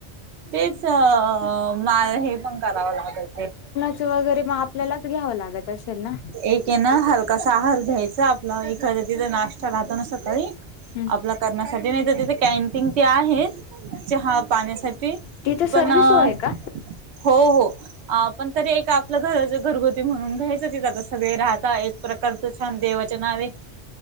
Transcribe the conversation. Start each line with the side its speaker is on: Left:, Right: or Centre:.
Right: तेचं माळ हे पणं करावां लागते.
Left: चवघडी वगैरे मगं आपल्यालाच घ्यावां लागतं असेल नां.
Right: एक आहे नां हलकासा आहार घ्यायचा आपल्याला एखादा तिथं नाश्ता लाततो ना सकाळीं.
Left: हम्म
Right: आपल्या करण्यासाठी नाहीं तरं तिथे कॅन्टीन ते आहे. चहा पाण्यासाठी
Left: तिथे सर्व
Right: पणं.
Left: सोय आहे का
Right: हो हो पणं तरी एक आपल्या घरांचे घरगुती म्हणून घ्यायचं. आता सगळे राहतांत एक प्रकारचं छान देवचंनाव आहे.